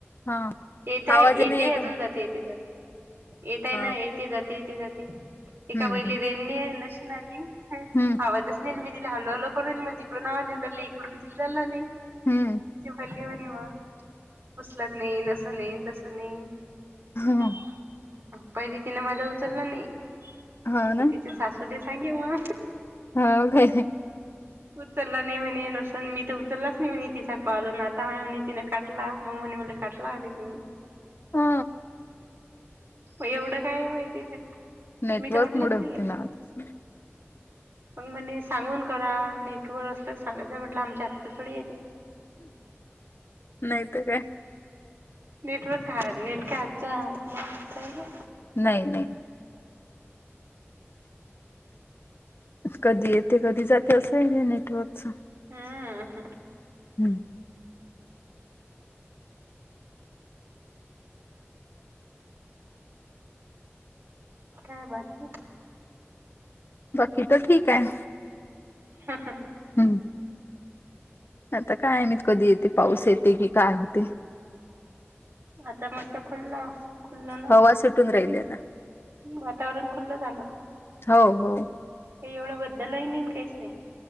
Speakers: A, on the left; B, on the right.
A: हां.
B: येेताय
A: आवाज येत
B: येते
A: नाहीये का
B: अजून
A: म्हटलं?
B: जाते येते जाते येताय
A: हाव
B: ना येते
A: काय?
B: जाते येते जाते. एका
A: हं,
B: बाईला
A: हं.
B: रेण णे नशिन आली
A: हं,
B: आवाजच नय मी तिला हॅलो हॅलो करून म्हणती ते ना झेंडला इकडून किंजळाले ती
A: हं.
B: बोल्ली म्हणे मा उसलात नईन असं नई तसं नाई
A: ह
B: अनं पहिली तिने माझा उचलला नई
A: हाव
B: अनं
A: ना?
B: तिची सासु तर ते सांगे म
A: हावं काय
B: उचलला नाही म्हणे नं असं पण मी त उचललाच नाही म्हणे तीचा कॉल अनं आता म्हणे तीने कटला मग म्हणे मला कटला आणि तुम्ही
A: हा
B: मग एवढं काय माहितीे
A: नेटवर्कमुळे
B: मी तर म्हटलं असेल
A: होते ना तसं.
B: मग मणे सांगून करा नेटवर असत सांगत जा म्हटलं आमच्या हातच थोडी आहे ते
A: नाहीतर काय?
B: नेटवर्क नेट काय हातच आपलं आहे का?
A: नाही नाही कधी येते कधी जाते असं आहे नेटवर्कच
B: हं
A: हं
B: काय बाकी
A: बाकी तर ठीक आहे
B: हा हा ह
A: हं आता काय माहित कधी येतो? पाऊस येतो का? काय होतो?
B: आता मस्त खुल्ल खुल्ल ना
A: हवा सुटून राहिली आता
B: वातावरण खुल्लं झालं
A: हो हो
B: काही एवढं बद्दल ही नाही काहीच नाही